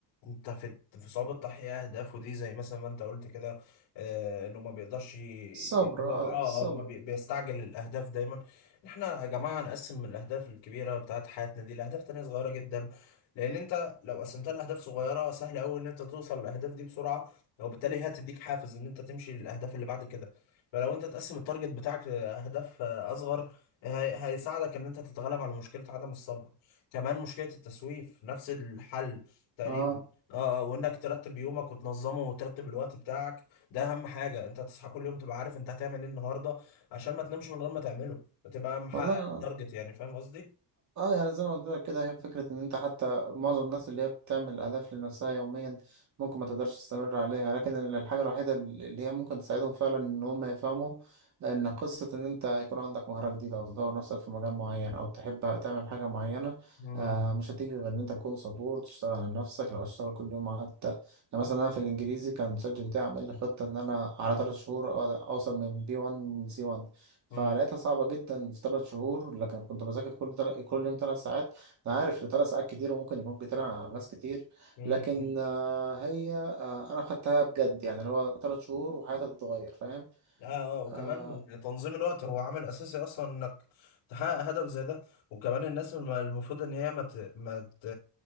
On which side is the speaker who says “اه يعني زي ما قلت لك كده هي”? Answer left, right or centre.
Right